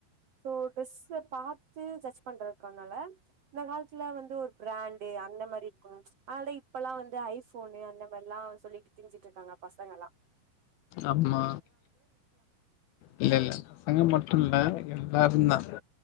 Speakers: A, on the right (about 55°); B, on the left (about 75°).
A: சோ ட்ரெஸ் பாத்து ஜட்ஜ் பண்றதுக்கனால இந்த காலத்துல வந்து ஒரு பிராண்டு அந்த மாரி இருக்கு அதனால இப்பெல்லா வந்து ஐபோனு அந்த மாரில்லா சொல்லிட்டு திரிஞ்சிட்டு இருக்காங்க பசங்க எல்லா
B: ஆமா இல்ல இல்ல அங்க மட்டும்ல்ல எல்லருந்தா